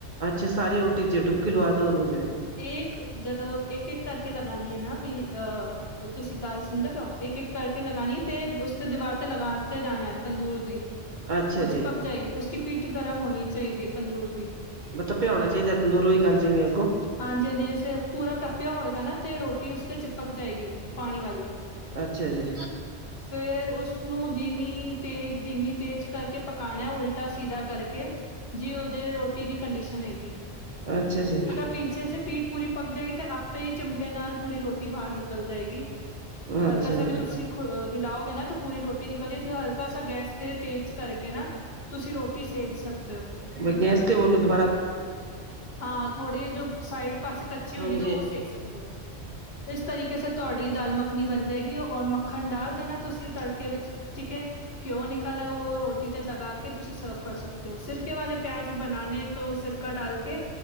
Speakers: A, on the right (about 45°); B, on the left (about 60°).
A: ਅੱਛਾ, ਸਾਰੀ ਰੋਟੀ ਚ ਡੁਬਕੀ ਲਵਾ ਦੋ ਉਹਨੂੰ ਜੇ
B: ਏਕ, ਜਦੋਂ ਇੱਕ ਇੱਕ ਕਰਕੇ ਲਗਾਨੀ ਐ ਨਾ ਵੀ ਅਹ ਤੁਸੀਂ ਗੱਲ ਸੁਣਦੇ ਪਏ ਓਂ, ਇੱਕ-ਇੱਕ ਕਰਕੇ ਲਗਾਣੀ ਐ, ਤੇ ਉਸ ਤੋਂ ਦੀਵਾਰ ਲਗਾ ਦਿੱਤੇ ਜਾਣਾ ਤੰਦੂਰ ਦੀ,
A: ਅੱਛਾ
B: ਕੁਛ
A: ਜੀ
B: ਪਗ ਚਏਗੀ, ਉਸਕੀ ਪਿੱਠ ਗਰਮ ਹੋਣੀ ਚਾਹੀਦੀ ਐ ਤੰਦੂਰ ਦੀ।
A: ਮਤਲਬ ਭਿਆਉਣਾ ਚਾਹੀਦਾ ਤੰਦੂਰ, ਉਹੀ ਗੱਲ ਜਿਵੇਂ ਅੱਗੋਂ
B: ਹਾਂਜੀ-ਹਾਂਜੀ ਜੈਸੇ ਪੂਰਾ ਤਪਿਆ ਹੋਏਗਾ ਨਾ, ਤੇ ਰੋਟੀ ਉਸ ਤੇ ਚਿਪਕ ਜਾਏਗੀ। ਪਾਣੀ ਵਾਲੀ,
A: ਅੱਛਾ ਜੀ
B: ਫੇਰ ਉਸ ਨੂੰ ਧੀਮੀ ਤੇਜ਼- ਧੀਮੀ ਤੇਜ਼ ਕਰਕੇ ਪਕਾਣਾ, ਉਲਟਾ- ਸਿੱਧਾ ਕਰਕੇ। ਜਿਹੋ ਜੇ ਰੋਟੀ ਦੀ ਕੰਡੀਸ਼ਨ ਹੈਗੀ।
A: ਅੱਛਾ ਜੀ।
B: ਪਿੱਛੇ ਸੇ ਪੀਠ ਪੂਰੀ ਪੱਕ ਜਾਏਗੀ, ਤੇ ਆਪੇ ਹੀ ਚਿਮਟੇ ਨਾਲ ਪੂਰੀ ਰੋਟੀ ਬਾਹਰ ਨਿਕਲ ਜਾਏਗੀ।
A: ਅੱਛਾ
B: ਹਲਕਾ ਸਾ
A: ਜੀ
B: ਵੀ ਤੁਸੀਂ ਹਿਲਾਓਗੇ ਨਾ, ਤਾਂ ਪੂਰੀ ਰੋਟੀ ਨਿਕਲ ਜੇ, ਫਿਰ ਹਲਕਾ ਸਾ ਗੈਸ ਤੇ ਤੇਜ਼ ਕਰਕੇ ਨਾ, ਤੁਸੀਂ ਰੋਟੀ ਸੇਕ ਸਕਦੇ ਹੋ।
A: ਮੈਂ ਗੈਸ ਤੇ ਬਰਨ ਦੋ
B: ਹਾਂ ਥੋੜ੍ਹੀ ਜੋ ਸਾਈਡ ਪਾਸੇ ਕੱਚੀ ਹੁੰਦੀ
A: ਹਾਂਜੀ
B: ਨਾ, ਉਹ ਸੇਕ ਸਕਦੇ ਹੋ। ਇਸ ਤਰੀਕੇ ਸੇ ਤੁਹਾਡੀ ਦਾਲ ਮੱਖਣੀ ਬਣ ਜਾਏਗੀ, ਔਰ ਮੱਖਣ ਡਾਲ ਦੇਣਾ ਤੁਸੀਂ ਤੜ ਕੇ ਵਿੱਚ ਠੀਕ ਐ। ਘਿਉ ਨਿਕਲਿਆ, ਉਹ ਰੋਟੀ ਤੇ ਲਗਾ ਕੇ ਤੁਸੀਂ ਸਰਵ ਕਰ ਸਕਦੇ ਹੋ, ਸਿਰਕੇ ਵਾਲੇ ਪਿਆਜ ਬਣਾਣੇ ਤੋਂ ਸਿਰਕਾ ਡਾਲ ਕੇ